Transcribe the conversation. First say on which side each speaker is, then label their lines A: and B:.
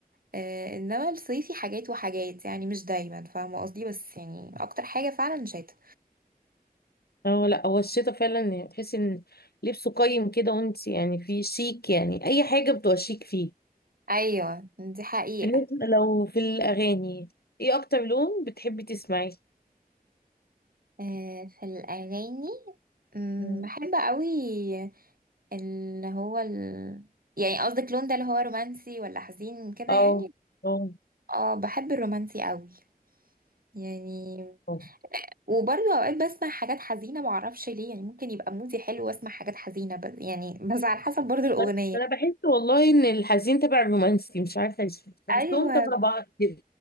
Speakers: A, on the right; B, on the left.
A: آه، انما الصيفي حاجات وحاجات يعني مش دايما فاهمه قصدي بس يعني اكتر حاجه فعلا شتا
B: اه لا هو الشتاء فعلا يعني تحسي ان لبسه قيم كده وانت يعني في شيك يعني اي حاجه بتبقى شيك فيه
A: ايوه دي حقيقه
B: بالنسبة لو في الأغاني ايه أكتر لون بتحبي تسمعيه؟
A: آه، في الاغاني مم،
B: مم.
A: بحب قوي اللي هو ال... يعني قصدك لون ده اللي هو رومانسي ولا حزين كده
B: اه
A: يعني
B: اه
A: اه بحب الرومانسي قوي يعني
B: اه
A: وبرضه اوقات بسمع حاجات حزينه معرفش ليه يعني ممكن يبقى مودي حلو واسمع حاجات حزينه بس يعني بس على حسب برضه الاغنيه
B: ما أنا بحس والله إن الحزين تبع الرومانسي مش عارفة ليه بحسهم
A: ايوه
B: تبع بعض كده